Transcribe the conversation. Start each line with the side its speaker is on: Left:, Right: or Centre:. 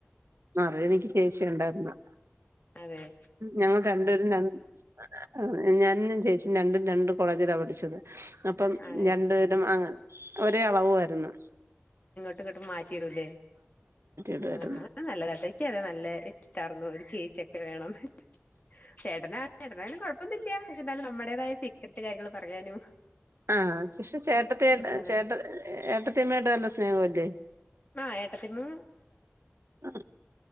Right: മാറി എനിക്ക് ചേച്ചിഒണ്ടായ്ര്ന്ന്
Left: അതേ
Right: ഞങ്ങൾക്ക് രണ്ട്പേരും രണ്ട് അ ഞാനും ചേച്ചി രണ്ടും രണ്ട് കോളേജിലാ പഠിച്ചത് അപ്പം
Left: അതെ
Right: രണ്ട്പേരും അങ്ങ് ഒരേ അളവു ആയിര്ന്ന്
Left: ട്ടും ഇങ്ങോട്ടും മാറ്റി ഇടുലെ
Right: ഇടുവായിരുന്നു
Left: ആ അത് നല്ലതാട്ടോ ൻക്ക് അത് നല്ല ഇഷ്ടാർന്നു ഒര് ചേച്ചിയൊക്കെ വേണംന്ന് ചേട്ടനാ ചേട്ടനായാലും കൊഴപ്പൊന്നുല്ല്യ പക്ഷേ ന്തായാലും നമ്മടെതായ സീക്രട്ട് കാര്യങ്ങള് പറ പ്പഴാനു
Right: ആ പക്ഷേ ചേട്ടത്തിയായ്ട്ട് എ
Left: നല്ലതാ
Right: ചേട്ട എ ഏട്ടത്തിയമ്മയായ്ട്ട് നല്ല സ്നേഹവല്ലേ
Left: ആഹ് ഏട്ടത്തിയമ്മ
Right: ആ